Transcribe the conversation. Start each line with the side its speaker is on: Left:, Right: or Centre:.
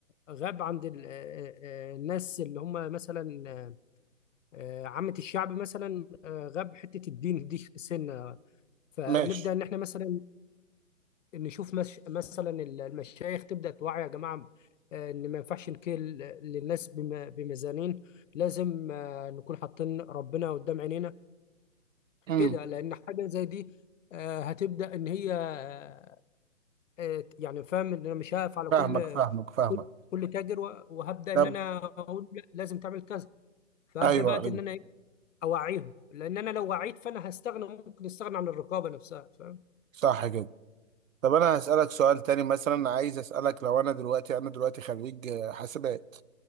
Left: غاب عند ال- آه، آه، الناس اللي هم مثلا آه، عامه الشعب مثلا آه، غاب حته الدين دي سنه فنبدا
Right: ماشي
Left: ان احنا مثلا نشوف مش مثلا المشايخ تبدا توعي يا جماعه آه، ان ما ينفعش نكل للناس بم- بميزانين لازم آه، نكون حاطين ربنا قدام عينينا
Right: امم
Left: كده لان حاجه زي دي آه، هتبدا ان هي آه، آه، يعني فاهم ان انا مش هقف على
Right: فاهمك
Left: كل
Right: فاهمك فاهمك
Left: كل تاجر و- وهبدا
Right: طب
Left: ان انا اقول لا لازم تعمل كذا فهبدا
Right: ايوه
Left: بقى
Right: ايوه
Left: ان انا إيه؟ اوعيهم لان انا لو وعيت فانا هستغنى ممكن استغنى عن الرقابه نفسها فاهم
Right: صح كده طب انا هسألك سؤال تاني مثلا عايز اسألك لو انا دلوقتي انا دلوقتي خريج آه، حاسبات